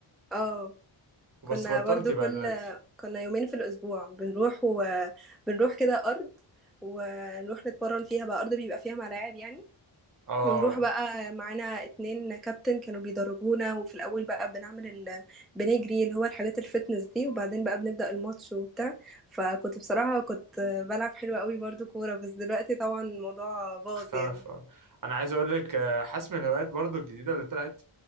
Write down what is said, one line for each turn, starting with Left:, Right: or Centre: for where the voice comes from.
Centre: اه
Right: وبس
Centre: كنا
Right: بطلت
Centre: برضو
Right: بقى
Centre: كل
Right: دلوقتي
Centre: كنا يومين في الاسبوع بنروح و... بنروح كده ارض ونروح نتمرن فيها بقى ارض بيبقى فيها ملاعب يعني
Right: اه آه،
Centre: ونروح بقى معانا اتنين كابتن كانوا بيدربونا وفي الأول بقى بنعمل ال... بنجري اللي هو الحاجات الفتنس دي وبعدين بقى بنبدأ الماتش وبتاع فكنت بصراحة كنت بلعب حلو قوي برضو كورة بس دلوقتي طبعا الموضوع باظ
Right: اختلف
Centre: يعني
Right: آه. انا عايز اقول لك آه، حاسس من الهوايات برضو الجديده اللي طلعت